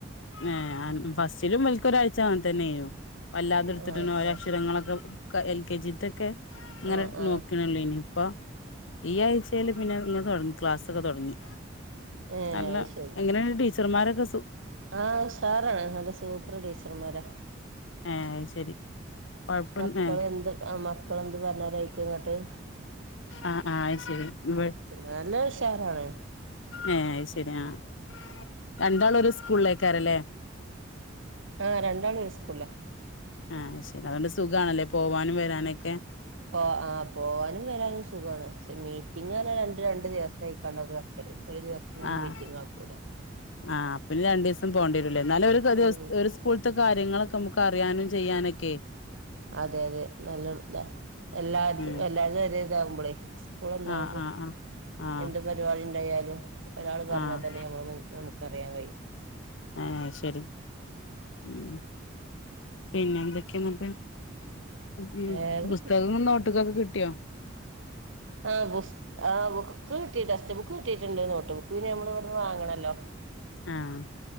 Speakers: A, on the left (about 70°); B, on the right (about 75°).
A: ഏഹ് ആൻ ഫസ്റ്റിലും വെൽക്ക് ഒരാഴ്ച അങ്ങൻ തന്നേനു. വല്ലാതെ ഇട്ത്തിട്ടൊന്നു
B: ആഹ്
A: ഒരോ
B: ആഹ്
A: അക്ഷരങ്ങളൊക്കെ ക്ക എൽ കെ ജിത്തൊക്കെ ങ്ങനെ
B: ആഹ് ആഹ്
A: നോക്ക്ണെള്ളേ നി. പ്പൊ ഈ ആഴ്ച്ചേല് പിന്നെ ങ്ങെൻ തൊടങ്ങി ക്ലാസ്സൊക്കെ തൊടങ്ങി.
B: ഏഹ്
A: അല്ല.
B: അത് ശരി
A: എങ്ങനേണ്ട് ടീച്ചർമാരൊക്കെ സൂ....
B: ആഹ് ഉഷാറാണ്. നല്ല സൂപ്പർ ടീച്ചർമാരാ.
A: ഏഹ് അത് ശരി. കൊഴപ്പം
B: മക്കള്
A: ഏ
B: എന്ത് ആഹ് മക്കള് എന്ത് പർഞ്ഞാലും അയ്ക്ക്ങ്ങെട്ട്
A: ആഹ് ആഹ് ആയ് ശരി. വെ
B: നല്ല ഉഷാറാണ്
A: ഏഹ് അയ് ശരി ആഹ്. രണ്ടാളും ഒര് സ്കൂൾലേക്കാരലെ?
B: ആഹ് രണ്ടാളും ഒര് സ്കൂൾലാ
A: ആഹ് അയ് ശരി. അതോണ്ട് സുഖാണല്ലൊ പോവാനും വരാനൊക്കെ.
B: പോ ആഹ് പോവാനും വരാനും സുഖാണ്. പക്ഷെ മീറ്റിംങ് അർഞ്ഞാല് രണ്ടും രണ്ട് ദിവസ്സേക്കാണ്ടാ ഓല് വെക്കല്. ഒര് ദിവസം തന്നെ
A: ആഹ്.
B: മീറ്റിംഗ് ആക്കൂല
A: ആഹ് പിന്നെ രണ്ടീസം പോണ്ട്വരുംലെ. ന്നാലും ഒര് ഒരു
B: ഉം
A: <unintelligible> സ്‌ക്കൂൾത്തെ കാര്യങ്ങളൊക്കെ അമുക്ക് അറിയാനും ചെയ്യാനൊക്കെ
B: അതെ അതെ. നല്ല താ. എല്ലാ തു
A: ഉം
B: എല്ലാര്തും ഒരെ താവുമ്പ ളെ സ്‌ക്കൂളൊന്നാവ.
A: ആഹ് ആഹ് ആഹ് ആഹ്
B: എന്തൊ പരിപാടി ണ്ടായാലും ഒരാള് പർഞ്ഞാ
A: ആഹ്
B: തന്നെ യമ്മള് നമുക്കറിയാ കഴിയും.
A: ആഹ് അത് ശരി. ഉം പിന്നെ എന്തൊക്കെ എന്ന്ട്ട് ഉം ഉം.
B: ഏത്
A: പുസ്തകങ്ങളും നോട്ട്ക്കൊക്കെ കിട്ടിയൊ?
B: ആഹ് ബുസ് ആഹ് ബുക്ക് കിട്ടി ടെസ്റ്റ്‌ ബുക്ക് കിട്ടീട്ടെണ്ട് നോട്ട് ബുക്ക് പിന്നെ നമ്മളിവിടുന്ന് വാങ്ങണല്ലോ
A: ആഹ്